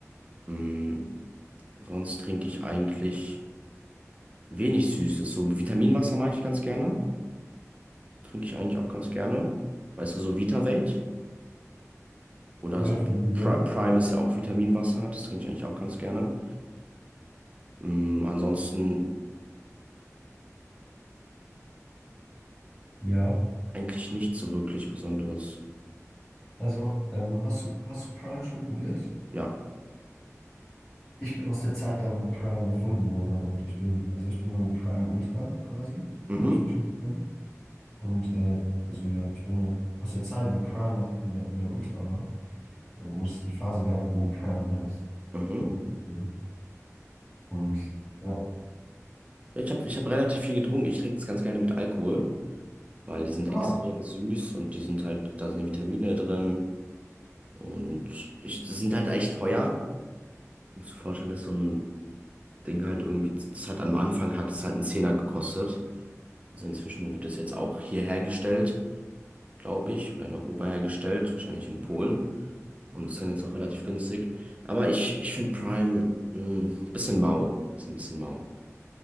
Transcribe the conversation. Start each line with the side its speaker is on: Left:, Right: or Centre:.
Right: Mm, sonst trinke ich eigentlich wenig Süßes. So Vitaminwasser mag ich ganz gerne. Trinke ich eigentlich auch ganz gerne. Weißt du, so Vitavelt oder
Left: Ja,
Right: so
Left: von dem Nutella?
Right: Pri Prime ist ja auch Vitaminwasser. Das trinke ich eigentlich auch ganz gerne. Mm, ansonsten
Left: Ja.
Right: eigentlich nichts so wirklich Besonderes.
Left: Also, ähm, hast du, hast du Prime schon probiert?
Right: Ja.
Left: Ich bin aus der Zeit da, wo Prime erfunden wurde und ich bin, also ich bin so ein Prime Ultra quasi,
Right: Mhm.
Left: kann ich mich gut nennen. Und äh, also ja, ich bin halt aus der Zeit, wo Prime noch in der, in der Ultra war. wo es die Phase gab, wo Prime halt
Right: Mhm.
Left: geultet wurde. Und ja.
Right: Ich habe ich hab relativ viel getrunken. Ich trinke es ganz gerne mit Alkohol, weil die sind
Left: Ah,
Right: extrem süß und die sind halt, da sind die Vitamine drin und ich, die sind halt echt teuer. Ich muss mir vorstellen, dass so ein Ding halt irgendwie, das hat am Anfang hat es halt einen Zehner gekostet. Also inzwischen wird es jetzt auch hier hergestellt, glaube ich, oder in Europa hergestellt, wahrscheinlich in Polen. Und ist dann jetzt auch relativ günstig. Aber ich, ich finde Prime ein bisschen mau. Ist ein bisschen mau.